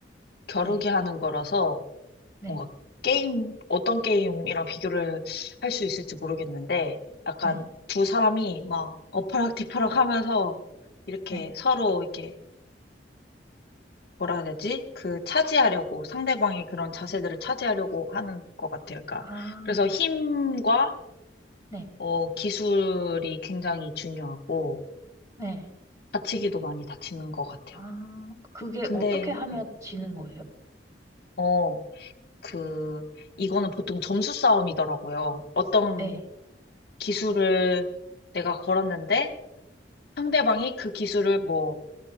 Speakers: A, on the left (about 60°); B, on the right (about 20°).
A: 겨루기
B: 네.
A: 하는 거라서,
B: 네.
A: 뭔가 게임, 어떤 게임이랑 비교를 할 수 있을지 모르겠는데, 약간
B: 네.
A: 두 사람이 막 어퍼락 뒤퍼락 하면서 이렇게
B: 네.
A: 서로 이렇게 뭐라 해야 되지? 그 차지하려고 상대방의 그런 자세들을 차지하려고 하는 것 같아요. 그러니까
B: 아,
A: 그래서 힘과
B: 네.
A: 어, 기술이 굉장히 중요하고
B: 네.
A: 다치기도 많이 다치는 것 같아요.
B: 아, 그게
A: 근데
B: 어떻게 하면
A: 네.
B: 지는 거예요?
A: 어, 그 이거는 보통 점수 싸움이더라고요. 어떤
B: 네.
A: 기술을 내가 걸었는데 상대방이 그 기술을 뭐